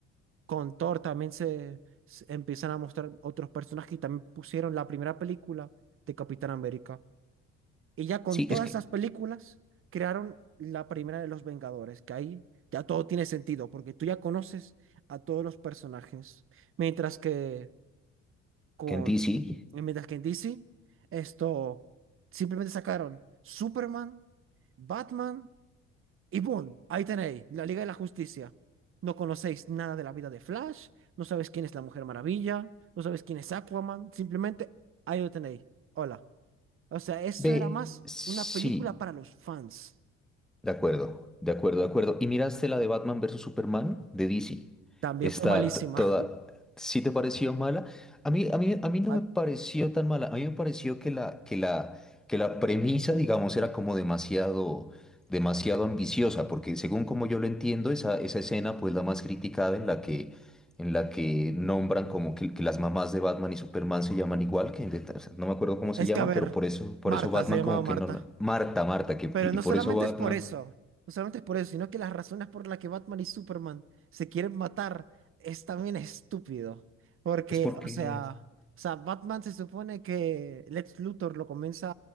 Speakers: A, on the right; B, in the centre.
A: Con Thor también se, se empiezan a mostrar otros personajes y también pusieron la primera película de Capitán América. Y ya con
B: sí,
A: todas
B: es que,
A: esas películas crearon la primera de los Vengadores, que ahí ya todo tiene sentido, porque tú ya conoces a todos los personajes. Mientras que con,
B: que en DC,
A: mientras que en DC, esto simplemente sacaron Superman, Batman. Y boom, ahí tenéis, la Liga de la Justicia. No conocéis nada de la vida de Flash, no sabéis quién es la Mujer Maravilla, no sabéis quién es Aquaman, simplemente ahí lo tenéis. Hola. O sea, eso
B: ve,
A: era más
B: sí.
A: una película para los fans.
B: De acuerdo, de acuerdo, de acuerdo. ¿Y miraste la de Batman versus Superman de DC?
A: También
B: Está
A: fue malísima.
B: t- toda...
A: <laughs>
B: ¿Sí te pareció mala? A mí, a mí, a mí no
A: Ah,
B: me pareció tan mala. A mí me pareció que la, que la, que la premisa, digamos, era como demasiado, demasiado ambiciosa, porque según como yo lo entiendo, esa, esa escena, pues la más criticada en la que, en la que nombran como que, que las mamás de Batman y Superman se llaman igual, que en deta- o sea, no me acuerdo cómo se
A: Es
B: llama,
A: que, a ver,
B: pero por eso, por
A: Marta,
B: eso Batman
A: se llamaba
B: como
A: Marta.
B: que no... la- Marta, Marta, que,
A: Pero
B: y
A: no
B: por
A: solamente
B: eso Batman...
A: es por eso, no solamente es por eso, sino que las razones por las que Batman y Superman se quieren matar es también estúpido. Porque,
B: Es porque
A: o sea,
B: es-
A: o sea, Batman se supone que Lex Luthor lo comienza